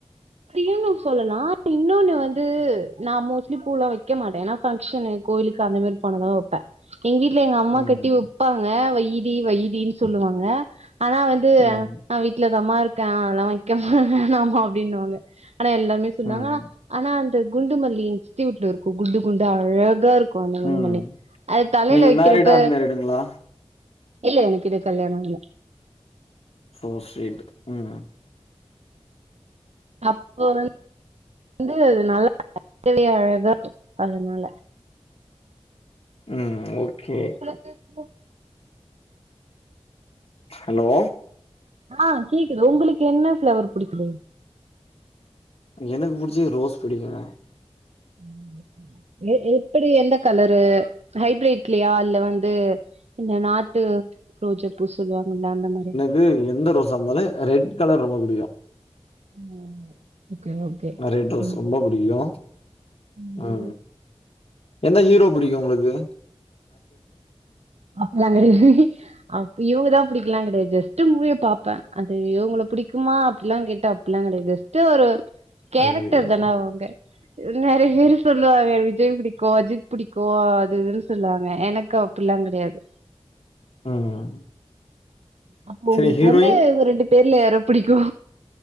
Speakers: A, on the right; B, on the left.
A: ப்டியுனு சொல்லலா இன்னொன்னு வந்து நா மோஸ்ட்லி பூலா வைக்க மாட்டே ஏன்னா ஃபங்க்ஷன்னு கோயிலுக்கு அந்த மாரி போனதா வெப்பே எங்க வீட்ல எங்க அம்மா
B: ம்.
A: கட்டி வெப்பாங்க வையிடி வையிடினு சொல்லுவாங்க ஆனா வந்து
B: ம்.
A: நா வீட்லதாம்மா இருக்கே அதெல்லா வெக்க வேணாமா அப்டினுவாங்க ஆனா எல்லாருமே சொல்வாங்க
B: ம்.
A: ஆனா அந்த குண்டுமல்லி சுத்தியூட்டு இருக்கு குண்டு குண்டு அழகா இருக் கு அந்த குண்டுமல்லி
B: ம்.
A: அது தலைல
B: நீங்க
A: வெக்கிறப்ப
B: மேரிடா? அன்மேரிடுங்களா?
A: இல்ல எனக் இன்னு கல்யாண ஆகல
B: சோ சுவீட் உம்
A: அப்போ வந் வந்து நல்லா <inaudible> அழகா <inaudible> அதனால
B: உம் ஓகே
A: <unintelligible>
B: ஹலோ
A: ஆ கேக்குது உங்குளுக் என்ன ஃப்ளேவர் புடிக்கு
B: எனக்கு பிடிச்சது ரோஸ் பிடிக்குங்க
A: <inaudible> எ எ எப்டி எந்த கலரு ஹைபிரிட்லையா இல்ல வந்து இல்ல நாட்டு ரோஜா பூ சொல்லுவாங்கல்ல அந்த மாரி
B: து எந்த ரோசா இருந்தாலு ரெட் கலர் ரொம்ப புடிக்கு
A: <inaudible>
B: அ ரெட் ரோஸ்
A: ம்
B: ரொம்ப புடிக்கு
A: ம்
B: அ எந்த ஹீரோ புடிக்கு உங்குளுக்கு
A: அப்ப நாங்க அப்ப இவங்கதா புடிக்லா கெடையாது ஜஸ்ட் மூவிய பாப்பே அது இவங்கள புடிக்குமா அப்டிலா கேட்டாப் அப்பில்லா கெடையாது ஜெஸ்ட்டு ஒரு கேரக்டர்
B: ஐயையோ
A: தானே அவுங்க நெறையா பேரு சொல்லுவாங்க விஜய் புடிக்கு அஜித் புடிக்கு அது இதுன்னு சொல்லவாங் க எனக்கு அப்பில்லா கெடையாது
B: ம்
A: அப்போ
B: சரி
A: உங்களுக்கு
B: ஹீரோயின்
A: வந்து இவுங்க ரெண்டு பேர்ல யார பிடிக்கு